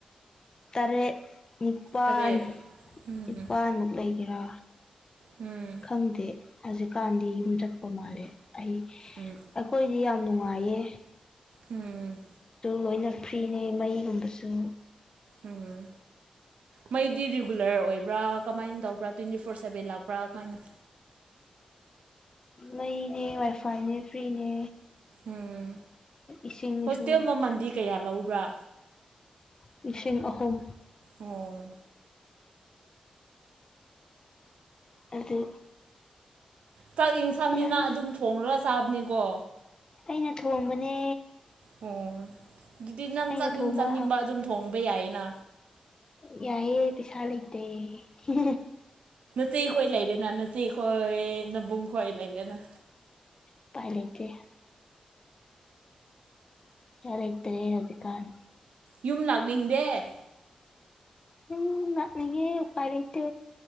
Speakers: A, on the left; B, on the right.
A: ꯇꯔꯦ ꯅꯤꯄꯥꯜ
B: ꯇꯔꯦꯠ ꯎꯝ
A: ꯅꯤꯄꯥꯜꯃꯨꯛ ꯂꯩꯒꯦꯔꯥ
B: ꯎꯝ
A: ꯈꯪꯗꯦ ꯍꯧꯖꯤꯛꯀꯥꯟꯗꯤ ꯌꯨꯝ ꯆꯠꯄ ꯃꯥꯜꯂꯦ ꯑꯩ
B: ꯎꯝ
A: ꯑꯩꯈꯣꯏꯗꯤ ꯌꯥꯝ ꯅꯨꯡꯥꯏ ꯅꯨꯡ ꯃꯌꯦ
B: ꯎꯝ
A: ꯂꯣꯏꯅ ꯐ꯭ꯔꯤꯅꯦ ꯃꯩꯒꯨꯝꯕꯁꯨ
B: ꯎꯝ ꯃꯩꯗꯤ ꯔꯤꯒꯨꯂꯔ ꯌꯥꯝꯅꯥ ꯑꯣꯏꯕ꯭ꯔꯥ ꯀꯃꯥꯏꯅ ꯇꯧꯕ꯭ꯔꯥ ꯇ꯭ꯋꯦꯟꯇꯤ ꯐꯣꯔ ꯁꯕꯦꯟ ꯂꯥꯛꯄ꯭ꯔꯥ ꯀꯃꯥꯏꯅ
A: ꯃꯩꯅꯦ ꯋꯥꯏꯐꯥꯏꯅꯦ ꯐ꯭ꯔꯤꯅꯦ
B: ꯎꯝ
A: ꯏꯁꯤꯡꯁꯨ
B: ꯍꯧꯖꯤꯇ ꯃꯃꯗꯤ ꯀꯌꯥ ꯂꯎ ꯄꯨ꯭ꯔ
A: ꯂꯤꯁꯤꯡ ꯑꯍꯨꯝ
B: ꯑꯣ
A: ꯑꯗꯨ
B: ꯆꯥꯛ ꯌꯦꯟꯁꯥꯡꯅꯤꯅ
A: ꯌꯥꯝ
B: ꯑꯗꯨꯝ ꯊꯣꯡꯡꯂꯒ ꯆꯥꯕꯅꯦ ꯣ
A: ꯑꯩꯅ ꯊꯣꯡꯕꯅꯦ
B: ꯑꯣ ꯑꯗꯨꯗꯤ ꯅꯪ
A: ꯑꯩꯅ
B: ꯆꯠꯅꯤꯡ
A: ꯊꯣꯡꯕ
B: ꯆꯠꯅꯤꯡꯕ ꯑꯗꯨꯝ ꯊꯣꯡꯕ ꯌꯥꯏꯌꯦꯅ
A: ꯌꯥꯑꯦ ꯄꯁꯥꯜ ꯏꯗꯦ ꯍ
B: ꯆꯤ ꯈꯣꯏ ꯂꯩꯔꯦ ꯅ ꯅ ꯆꯦ ꯈꯣꯏ ꯅꯕꯨꯡ ꯈꯣꯏ ꯂꯩꯔꯦꯅ
A: ꯎꯄꯥꯏ ꯂꯩꯇꯦ ꯌꯥꯔꯇ ꯑꯗꯨ ꯀꯥꯟ
B: ꯌꯨꯝ ꯂꯥꯛꯅꯤꯗꯦ
A: ꯎ ꯅꯅꯤꯌꯦ ꯌꯄꯥꯏ ꯂꯩꯇꯦ